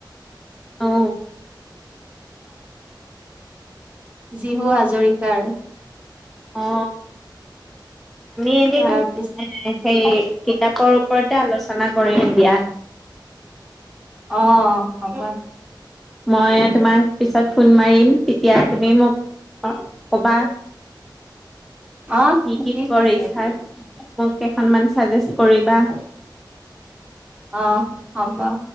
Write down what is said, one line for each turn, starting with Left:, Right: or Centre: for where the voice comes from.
Centre: নো।
Right: অ জীহু হাজৰিকাৰ
Centre: অ আমি এদিন
Right: তাৰপিছত
Centre: এ সেই কিতাপৰ ওপৰতে আলোচনা কৰিম দিয়া।
Right: অ হব
Centre: মই তোমাক পিছত ফোন মাৰিম তেতিয়া তুমি মোক কবা।
Right: অ
Centre: কি কি
Right: ঠিক
Centre: পৰিছাত।
Right: আছে দিয়া
Centre: মোক কেইখনমান চাজেষ্ট কৰিবা।
Right: অ হ'ব